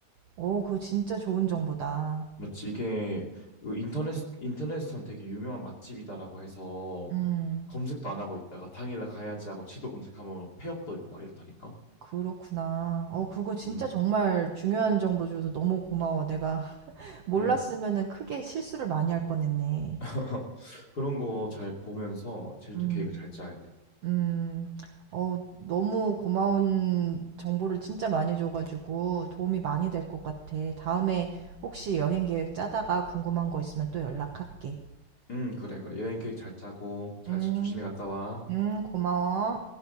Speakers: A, on the right; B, on the left.
A: 오, 그거 진짜 좋은 정보다.
B: 맞지? 이게 이거 인터넷, 인터넷에서는 되게 유명한 맛집이다라고 해서
A: 음,
B: 검색도 안 하고 있다가 당일날 가야지 하고 지도 검색하면 폐업도 있고 막 이렇다니까.
A: 그렇구나. 어, 그거 진짜
B: 음,
A: 정말 중요한 정보 줘서 너무 고마워. 내가 <laughs> 몰랐으면은
B: 음.
A: 크게 실수를 많이 할 뻔했네.
B: <laughs> 그런 거 잘 보면서 제주도
A: 음.
B: 계획을 잘 짜야 돼.
A: 음. 어 너무 고마운 정보를 진짜 많이 줘 가지고 도움이 많이 될 것 같아. 다음에 혹시 여행 계획 짜다가 궁금한 거 있으면 또 연락할게.
B: 응, 그래, 그래. 여행 계획 잘 짜고, 잘
A: 음.
B: 조심히 갔다 와.
A: 음. 고마워.